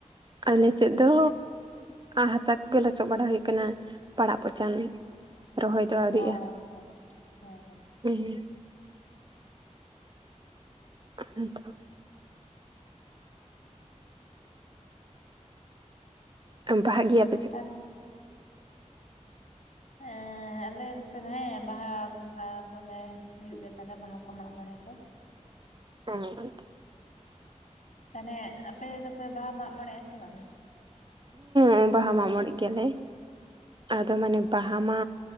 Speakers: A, on the right; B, on the left.
A: ᱟᱞᱮᱥᱮᱫ ᱫᱚ ᱦᱟᱥᱟ ᱠᱚᱜᱮ ᱞᱚᱪᱚᱜ ᱵᱟᱲᱟ ᱦᱩᱭᱩᱜ ᱠᱟᱱᱟ ᱯᱟᱲᱟᱜ ᱯᱚᱪᱟᱱ ᱨᱚᱦᱚᱭ ᱫᱚ ᱟᱹᱣᱨᱤᱜᱼᱟ
B: ᱟᱪᱪᱷᱟ ᱟᱪ ᱦᱮᱸ ᱦᱮᱸ
A: <inaudible> <unintelligible> ᱵᱟᱦᱟᱜ ᱜᱮᱭᱟ
B: ᱛᱟᱱ ᱦᱮ ᱟᱞᱮ ᱱᱚᱛᱮ ᱫᱚ ᱦᱮᱸ ᱵᱟᱦᱟ ᱵᱚᱸᱜᱟ ᱠᱚᱞᱮ ᱦᱩᱭᱩᱜ ᱜᱮ ᱛᱟᱞᱮ ᱵᱟᱦᱟ ᱠᱚ ᱢᱟᱜ ᱢᱚᱬᱮ ᱠᱚ
A: ᱚᱸ <unintelligible>
B: ᱛᱟᱦᱚᱞᱮ ᱟᱯᱮ ᱫᱚᱯᱮ ᱵᱟᱦᱟ ᱢᱟᱜ ᱢᱚᱬᱮᱜᱼᱟ ᱥᱮ ᱵᱟᱝ-ᱟ
A: ᱦᱮᱸ ᱵᱟᱦᱟ ᱢᱟᱜ ᱢᱚᱬᱮᱜ ᱜᱮᱭᱟᱞᱮ ᱟᱫᱚ ᱢᱟᱱᱮ
B: ᱟᱪᱪᱷᱟ
A: ᱵᱟᱦᱟ
B: ᱟᱪᱪᱷᱟ
A: ᱢᱟ